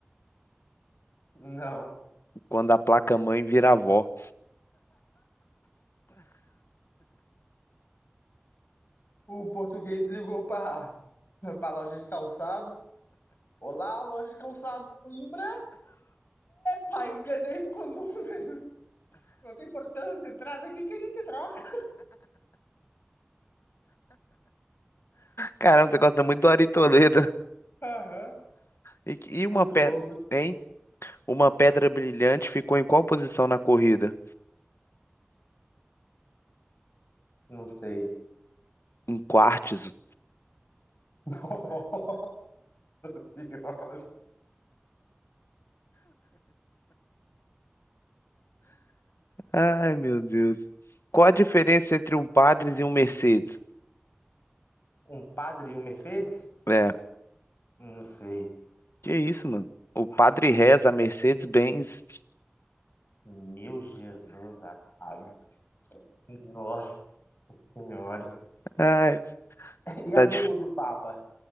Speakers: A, on the left (about 60°); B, on the left (about 80°).
A: Não.
B: Quando a placa-mãe vira avó.
A: O português ligou pra, pra loja de calçado. Olá, loja de calçado Coimbra. Pai, enganei com o número. <laughs> Não tem importância, traz aqui que a gente troca.
B: Caramba, você gosta muito do Ari Toledo.
A: Aham.
B: E, que- e uma
A: Muito
B: pedra,
A: bom, muito
B: hein?
A: bom.
B: Uma pedra brilhante ficou em qual posição na corrida?
A: Não sei.
B: Em quartzo.
A: <laughs> Nossa senhora.
B: Ai, meu Deus. Qual a diferença entre um Padres e um Mercedes?
A: Um padre e um Mercedes?
B: É,
A: Não sei.
B: que isso, mano? O padre reza, a Mercedes-Benz.
A: Meu Jesus amado. Nossa senhora.
B: Ai,
A: E a
B: tá
A: do,
B: difícil.
A: do Papa?